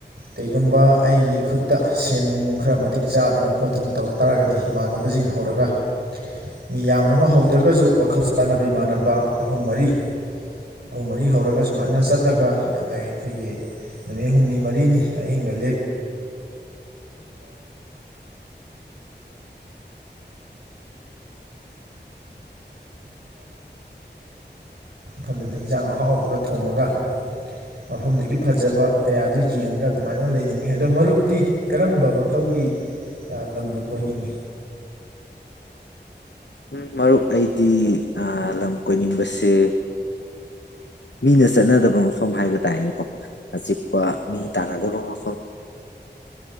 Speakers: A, on the right; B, on the left.
A: ꯀꯩꯒꯨꯝꯕ ꯑꯩꯒꯤ ꯈꯨꯠꯇ ꯁꯦꯟ ꯅꯨꯡ ꯈꯔ ꯃꯇꯤꯛ ꯆꯥꯗꯅ ꯈꯣꯠꯇꯅ ꯇꯧ ꯇꯥꯔꯒꯗꯤ ꯏꯃꯥꯟꯅꯕꯁꯤꯡ ꯍꯧꯔꯒ ꯃꯤ ꯌꯥꯝꯅꯃꯛ ꯍꯧꯗ꯭ꯔꯒꯁꯨ ꯋꯥꯈꯜ ꯆꯥꯅꯕ ꯏꯃꯥꯟꯅꯕ ꯑꯍꯨꯝ ꯃꯔꯤ ꯑꯍꯨꯝ ꯃꯔꯤ ꯍꯧꯔꯒ ꯁꯨꯃꯥꯏꯅ ꯆꯠꯂꯒ ꯑꯅꯩ ꯑꯩꯈꯣꯏꯒꯤ ꯅꯨꯃꯤꯠ ꯍꯨꯝꯅꯤ ꯃꯔꯤꯅꯤ ꯑꯍꯤꯡꯒ ꯃꯐꯝꯗꯨꯗ ꯌꯦꯟꯖꯥꯡ ꯑꯍꯥꯎꯕꯒ ꯊꯣꯡꯉꯒ ꯃꯐꯝꯗꯨꯒꯤ ꯐꯖꯕ ꯀꯌꯥꯗꯣ ꯌꯦꯡꯉꯒ ꯑꯗꯨꯃꯥꯏꯅ ꯂꯩꯅꯤꯡꯉꯤ ꯑꯗꯣ ꯃꯔꯨꯞꯇꯤ ꯀꯔꯝꯕ ꯃꯈꯜꯒꯤ ꯂꯝꯗ ꯀꯣꯏꯅꯤꯡꯉꯤ
B: ꯎꯝ ꯃꯔꯨꯞ ꯑꯩꯗꯤ ꯂꯝ ꯀꯣꯏꯅꯤꯡꯕꯁꯦ ꯃꯤꯅ ꯆꯠꯅꯗꯕ ꯃꯐꯝ ꯍꯥꯏꯕ ꯇꯥꯔꯅꯦꯀꯣ ꯑꯆꯤꯛꯄ ꯃꯤ ꯇꯥꯟꯅꯗꯕ ꯃꯐꯝ